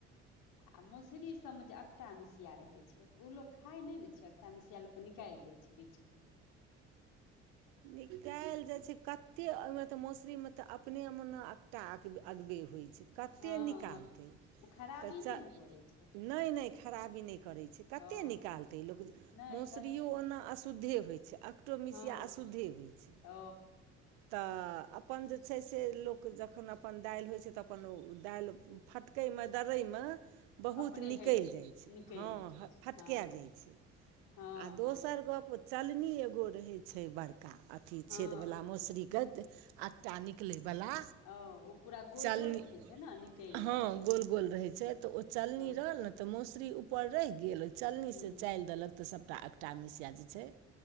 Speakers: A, on the left; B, on the right.
A: आ मौसुरी सब मे जे एकटा मिसिया रहय छै त ओ लोग खाय नहि ने छै एकटा मिसिया लोक निकालि दैय छै बिछ बिछक <inaudible>
B: निकालि जाइ छै कते ओहिमे तऽ मौसुरीमे तऽ अपने मे ने एकटा अगबे होइत छै कतेक
A: हँ
B: निकालतै
A: हँ ओ खराबी
B: तऽ च
A: नहि ने करै छै
B: नहि नहि खराबी नहि करै छै कतेक
A: ओ
B: निकालतै लोक
A: नहि
B: मसुरियो
A: कते
B: ओना अशुद्धे होइ छै अकटोमसिया
A: हँ
B: अशुद्धे होइ छै
A: ओ
B: तऽ अपन जे छै से लोक जखन अपन दालि होइ छै तऽ अपन‌ ओ दालि फटकयमे दर्रयमे बहुत
A: अपने
B: निकैल
A: हटि
B: जाइ छै
A: निकलि
B: हँ
A: जाइ छै
B: फटका
A: हँ
B: जाइ छै आ
A: हँ
B: दोसर
A: हँ
B: गप्प चलनी एगो रहैत छै बड़का अथी
A: हँ
B: छेदवला मौस आकटा निकलै वला
A: ओ ओ पूरा गोल
B: चलनी
A: गोल रहै छै ने निकलि
B: हँ
A: जाइत हेतै
B: गोल गोल रहय छै त ओ चलनी
A: हँ
B: रहल न तऽ मसुरी ऊपर रहि गेल ओहि चलनीसँ
A: हुँ
B: चालि देलक तऽ सभटा एकटा मिसिया जे छै